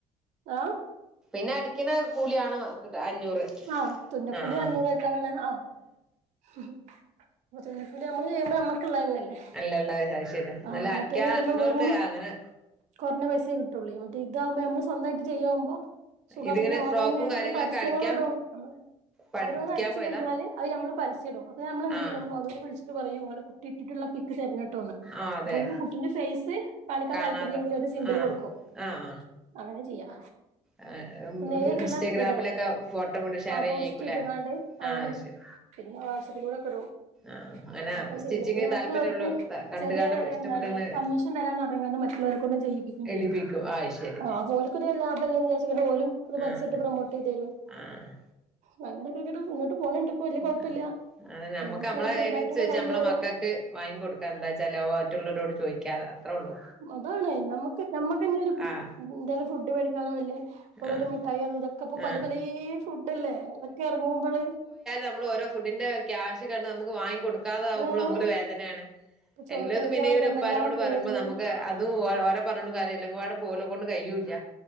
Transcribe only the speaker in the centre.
പിന്നെ അടിക്ക്ണ കൂലിയാണോ കിട്ട അഞ്ഞൂറ്
ആഹ് ആഹ്
അല്ലല്ല അത് ശരി എന്നാല്
അടിക്കാൻ
അറിയണോണ്ട്
അങ്ങനെ
ഇതിങ്ങനെ
ഫ്രോക്കും കാര്യങ്ങളൊക്കെ
അടിക്കാൻ
പഠിക്കാൻ
പോയതാ
ആഹ്
ആഹ് അതെ
കാണാതെ
ആഹ്
ആഹ്
ആഹ് ഇ
ഇൻസ്റ്റാഗ്രാമിലൊക്കെ
ഫോട്ടോ വിടും ഷെയറെയ്യേയ്ക്കുലേ
ആഹ് ശരി
ആഹ് അങ്ങനെ
സ്റ്റിച്ചിങ്
താല്പര്യമുള്ള കണ്ട്
കാണ്ട് ഇഷ്ടപ്പെട്ട്ങ്ങനെ
എടിപ്പിക്കും ശരി
ആഹ്
ആഹ്
ആഹ് അങ്ങനെ നമ്മക്ക്
നമ്മളെ
കയ്നന്സര്ച്ച്
നമ്മളെ
മക്കക്ക് വാങ്ങി കൊട്ക്ക എന്താച്ചാല് അത് മറ്റ്ള്ളോരോട് ചോയ്ക്കാ അത്രൊള്ളൂ
ആഹ്
ആഹ്
ആഹ്
നമ്മളോരോ ഫുഡിന്റെ ക്യാഷ് കാരണം നമുക്ക് വാങ്ങിക്കൊട് ക്കാതാവുമ്പള്
നമുക്കൊരു വേദനേണ്
എല്ലതും ഇിനവരെപ്പാരോട്
പറയുമ്പൊ നമുക്ക് അ അത് ഓ ഓരെ പറഞ്ഞ്ട്ടും കാര്യല്ല ഇതൊക്കെപ്പാടെ ഓലെകൊണ്ട് കയ്യൂല്ല